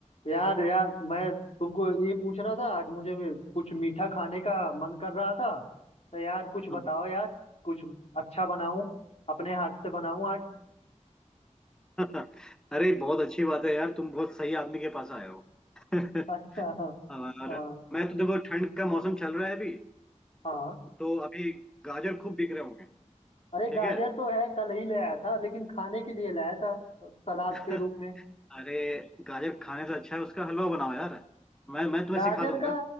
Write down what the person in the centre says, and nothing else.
हाँ
<laughs> अरे बहुत अच्छी बात है यार तुम बहुत सही आदमी के पास आए हो <laughs>
और
मैं तो देखो ठंड का मौसम चल रहा है अभी
तो अभी गाजर खूब बिक रहे होंगे
ठीक
है
<laughs>
अरे गाजर खाने से अच्छा है उसका हलवा बनाओ यार मैं मैं तुम्हें
सिखा दूंगा